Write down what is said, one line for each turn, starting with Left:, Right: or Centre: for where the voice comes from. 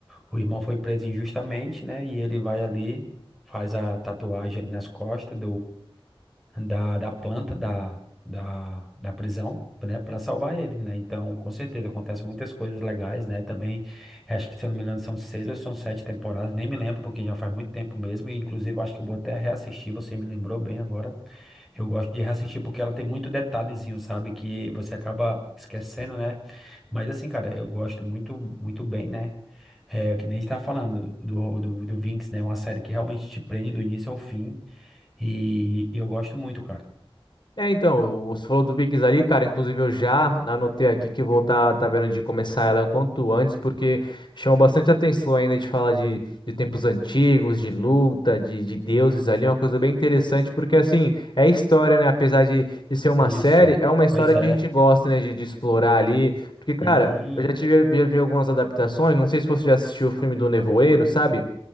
Centre: o irmão foi preso injustamente, né? E ele vai ali, faz a tatuagem ali nas costas da, da planta da, da, da prisão, né, para salvar ele, né? Então, com certeza, acontecem muitas coisas legais, né? Também, acho que, se eu não me engano, são seis ou são sete temporadas, nem me lembro, porque já faz muito tempo mesmo, e inclusive eu acho que eu vou até reassistir, você me lembrou bem agora. Eu gosto de reassistir porque ela tem muito detalhezinho, sabe? Que você acaba esquecendo, né? Mas assim, cara, eu gosto muito, muito bem, né? É, que nem está falando do, do, do Vinx, né? Uma série que realmente te prende do início ao fim. E eu gosto muito, cara.
Left: É, então, você falou do Vikings ali, cara. Inclusive, eu já anotei aqui que eu vou estar tá, tá vendo de começar ela o quanto antes, porque chama bastante atenção ainda de falar de, de tempos antigos, de luta, de, de deuses ali. É uma coisa bem interessante, porque assim, é história, né? Apesar de, de ser uma
Centre: Isso.
Left: série, é uma história
Centre: Pois é.
Left: que a gente gosta, né? De, de explorar ali. Porque, cara,
Centre: Sim,
Left: eu já tive, já vi algumas adaptações. Não sei se você já assistiu o filme do Nevoeiro, sabe?